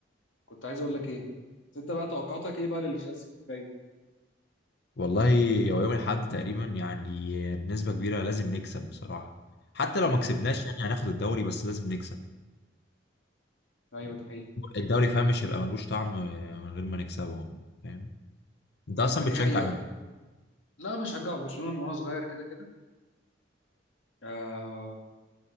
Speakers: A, on the left (about 85°); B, on the left (about 60°).
A: كنت عايز اقول لك ايه بس انت بقى توقعاتك ايه بقى للكلاسيك الجاي
B: والله هو يوم الأحد تقريبا يعني بنسبة كبيرة لازم نكسب بصراحة حتى لو
A: امم
B: ما كسبناش يعني هناخد الدوري بس لازم نكسب
A: ايوه دي حقيقة
B: الدوري فاهم مش هيبقى ملوش طعم من غير ما نكسبه فاهم انت اصلا
A: فدي
B: بتشجع
A: حقيقة لا بشجع برشلونة من وانا صغير كده كده آه